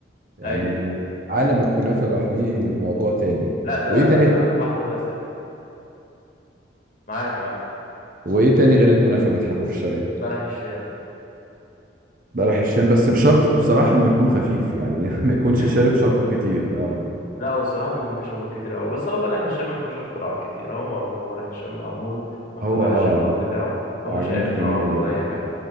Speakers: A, on the right; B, on the left.
A: يعني
B: ايوه
A: عالم الكنافه لوحده موضوع تاني
B: لا ده
A: وايه تاني
B: ده بحر واسع معاك معاك
A: وايه تاني غير الكنافه بتحبه في الشرقي
B: بلح الشام
A: بلح الشام بس بشرط بصراحه انه يكون خفيف يعني <laughs> ما يكونش
B: <laughs>
A: شارب شربات كتير اه
B: لا هو الصراحه بيكون فيه شربات كتير قوي بس هو بلح الشام ما فيهوش اختراعات كتير هو معروف هو بلح الشام معمول محطوط
A: هو
B: عليه
A: اه
B: الشربات بتاعه ما
A: وعجينته
B: فيهوش اي اختراعات
A: جميله جدا
B: ولا اي حاجه